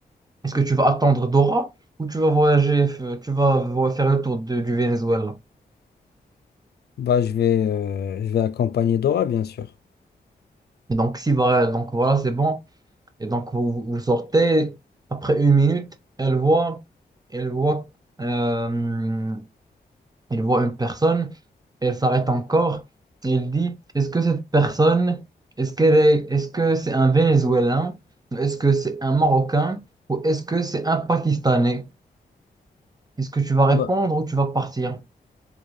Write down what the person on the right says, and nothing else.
est-ce que tu vas attendre Dora ou tu vas voyager, f- tu vas vo- faire le tour de- du Venezuela?
Et donc, si, voilà, donc voilà, c'est bon. Et donc, vous, vous sortez, après une minute, elle voit, elle voit, euh, elle voit une personne, elle s'arrête encore, et elle dit, est-ce que cette personne, est-ce qu'elle est, est-ce que c'est un Vénézuélien, est-ce que c'est un Marocain, ou est-ce que c'est un Pakistanais? Est-ce que tu vas répondre
ou tu vas partir?